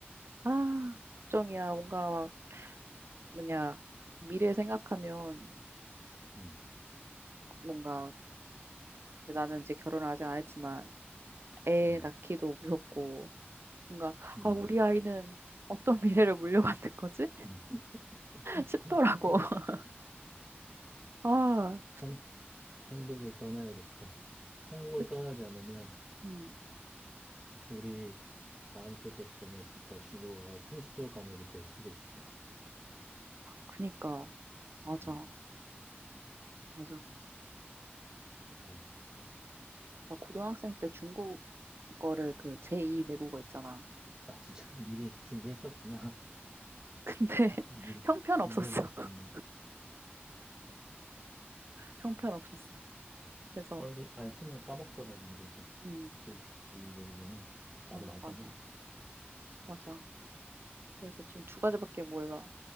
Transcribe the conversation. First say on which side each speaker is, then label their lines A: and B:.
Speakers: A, on the right; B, on the right.
A: 아, 걱정이야. 뭔가 막, 뭐냐, 미래 생각하면
B: 음,
A: 뭔가, 나는 이제 결혼을 아직 안 했지만, 애
B: 음,
A: 낳기도 무섭고, 뭔가,
B: 음,
A: 아, 우리 아이는 어떤 <laughs> 미래를 물려받는 거지?
B: 음. 음.
A: 싶더라고.
B: 음.
A: <laughs> 아,
B: 한, 한국을 떠나야겠다. 한국을
A: 그-
B: 떠나지 않으면
A: 음,
B: 우리 다음 세대 때는 진짜 중국어가 필수 과목이 될 수도 있어.
A: 그니까. 맞아.
B: 음,
A: 맞아, 맞아.
B: 그럼.
A: 나 고등학생 때 중국 거를 그 제2 외국어 있잖아.
B: 아, 진짜 <laughs> 미리 준비했었구나.
A: 근데
B: <laughs> 미리
A: <laughs> 형편없었어.
B: 준비하고 있었네.
A: <laughs> 형편없었어. 그래서,
B: 얼굴 안 쓰면 까먹더라고, 그렇게.
A: 음,
B: 제2외국어는. 나도
A: 음,
B: 많이
A: 맞아.
B: 까먹었어.
A: 맞아. 그래서 지금 두 가지밖에 몰라.